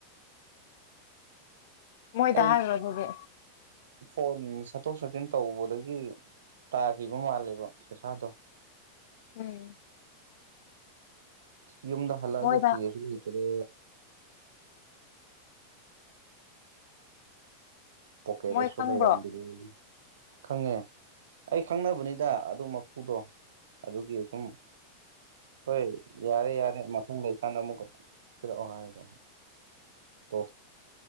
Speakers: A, on the left; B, on the right.
A: ꯃꯣꯏ
B: ꯑꯩ
A: ꯇ ꯍꯥꯏꯔ ꯑꯣꯏ ꯑꯗꯨꯦ
B: ꯐꯣꯟ ꯆꯠꯊꯣꯛ ꯆꯠꯁꯤꯟ ꯇꯧꯕꯗꯒꯤ ꯇꯥꯈꯤꯕ ꯃꯥꯜꯂꯦꯕ ꯄꯩꯁꯥꯗꯣ
A: ꯎꯝ
B: ꯌꯨꯝꯗ ꯍꯜꯂꯛꯑꯒ
A: ꯃꯣꯏꯗ
B: ꯊꯒꯁꯨ ꯂꯩꯇ꯭ꯔꯦ ꯄꯣꯀꯦꯗꯁꯨ
A: ꯃꯣꯏ ꯈꯪꯕ꯭ꯔꯣ
B: ꯂꯩꯔꯝꯕꯤꯔ ꯈꯪꯉꯦ ꯑꯩ ꯈꯪꯅꯕꯅꯤꯗ ꯑꯗꯨ ꯃꯄꯨꯗꯣ ꯑꯗꯨꯒꯤ ꯁꯁꯨꯝ ꯍꯣꯏ ꯌꯥꯔꯦ ꯌꯥꯔꯦ ꯃꯊꯪ ꯂꯩꯀꯥꯟꯗ ꯑꯃꯨꯛ ꯄꯤꯔꯛꯑꯣ ꯍꯥꯏꯗꯣ ꯇꯣ